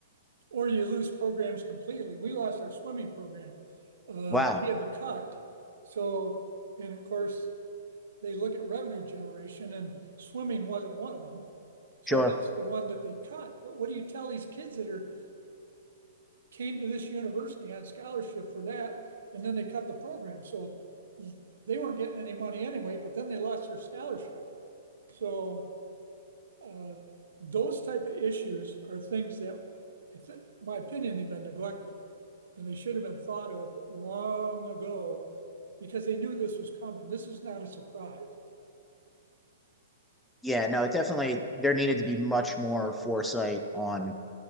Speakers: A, on the right; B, in the centre.
A: Or you lose programs completely. We lost our swimming program. Uh,
B: Wow,
A: we had to cut. So, and of course, they look at revenue generation and swimming wasn't one of them. So
B: sure,
A: that's the one that they cut. But what do you tell these kids that are came to this university on scholarship for that and then they cut the program? So they weren't getting any money anyway, but then they lost their scholarship. So uh, those type of issues are things that I think my opinion they've been neglected and they should have been thought of long ago because they knew this was coming. This is not a surprise.
B: yeah, no, definitely there needed to be much more foresight on